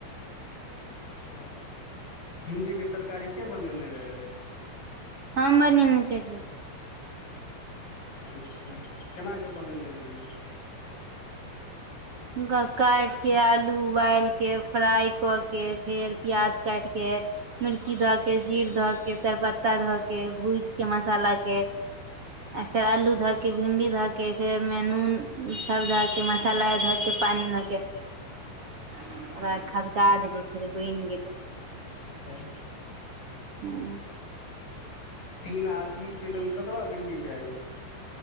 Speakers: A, on the left; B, on the right.
A: अच्छा भिंडीके तरकारी के बनेने रहए
B: हम बनेने छलियै
A: अच्छा केनि कऽ बनेने रहियै
B: हुनका काटिके आलू उबालिके फ्राई कऽ के फेर प्याज काटिके मिर्ची धऽ के जीर धऽ के तैरपत्ता धऽ के भूजिके मशालाकेँ आ फेर आलू धऽ के भिंडी ध के फेर ओहिमे नून सब धऽ के मशाला आओर धऽ के पानीमे के ओकरा खदका देबय फेर बनि गेलै
A: सही
B: हँ
A: तीन आदमी के लेल कतबा भिंडी चाही